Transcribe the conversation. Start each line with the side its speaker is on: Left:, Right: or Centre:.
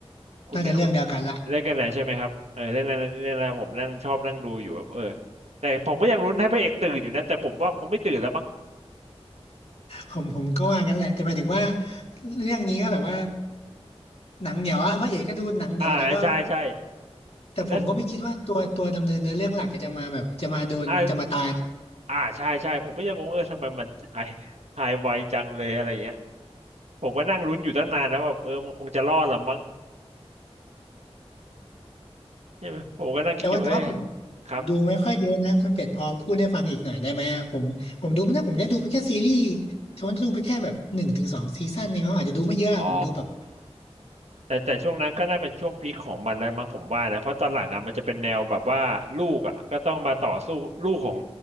Right: คุณไม่คุณ
Left: น่าจะเรื่องเดียวกันละ
Right: เล่นกันไหนใช่ไหมครับเออเรื่องนั้นเรื่องนั้นผมนั่งชอบนั่งดูอยู่แบบเออแต่ผมก็ยังลุ้นให้พระเอกตื่นอยู่นะแต่ผมว่าคงไม่ตื่นแล้วบ้าง
Left: ผมผมก็ว่างั้นแหละแต่หมายถึงว่าเรื่องนี้ก็แบบว่าหนังเหนียวอะพระเอกก็ดูหนังเหนียวแต่ก็
Right: อ่าใช่ใช่
Left: แต่ผมก็ไม่คิดว่าตัวตัวดำเนินเนื้อเรื่องหลักก็จะมาแบบจะมาโดนจะมาตาย
Right: และอ่าอ่าใช่ใช่ผมก็ยังงงเออทำไมมันหายหายไวจังเลยอะไรอย่างเงี้ยผมก็นั่งลุ้นอยู่ตั้งนานแล้วแบบเออมันคงจะรอดหรอมั้งใช่ไหมผมก็นั่งคิดอยู่เออ
Left: แต่ว่าแต่ว่าผม
Right: ครับ
Left: ผมดูไม่ค่อยเยอะนะคุณเป็ดพอพูดให้ฟังอีกหน่อยได้ไหมอะผมผมดูไม่ได้ผมได้ดูไปแค่ซีรีส์ฉันจะดูไปแค่แบบหนึ่งถึงสองซีซั่นเองเขาอาจจะดูไม่เยอะอะผมดูแบบ
Right: อ๋อ แต่แต่ช่วงนั้นก็น่าเป็นช่วงพีคของมันแล้วมั้งผมว่านะเพราะตอนหลังอ่ะมันจะเป็นแนวแบบว่าลูกอ่ะก็ต้องมาต่อสู้ลูกของ